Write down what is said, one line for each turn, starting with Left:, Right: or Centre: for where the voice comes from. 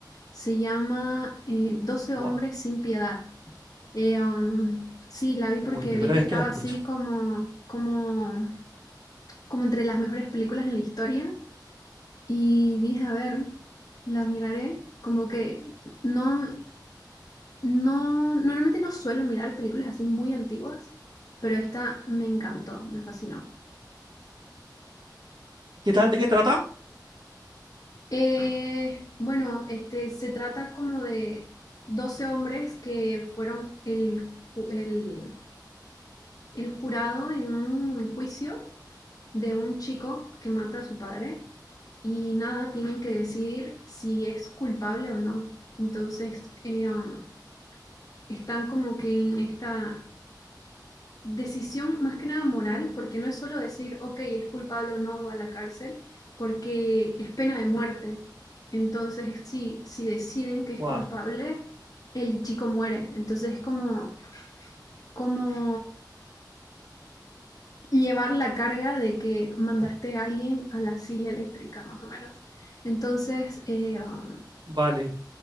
Left: Se llama eh, 12 hombres
Right: Buah.
Left: sin piedad. Eh, um, sí, la vi
Right: Uy,
Left: porque
Right: primera
Left: vi que
Right: vez
Left: estaba
Right: que la escucho.
Left: así como, como, como entre las mejores películas en la historia. Y dije, a ver, la miraré. Como que no, no, normalmente no suelo mirar películas así muy antiguas, pero esta me encantó, me fascinó.
Right: ¿Qué tal? ¿De qué trata?
Left: Eh, bueno, este, se trata como de 12 hombres que fueron el, ju- el- el jurado en un juicio de un chico que mata a su padre y nada, tienen que decidir si es culpable o no. Entonces, eh, um, están como que en esta decisión más que nada moral, porque no es solo decir, ok, es culpable o no va a la cárcel, porque es pena de muerte. Entonces, sí, si deciden que es
Right: Buah,
Left: culpable, el chico muere. Entonces es como, como llevar la carga de que mandaste a alguien a la silla eléctrica, más o menos. Entonces, eh, um,
Right: vale.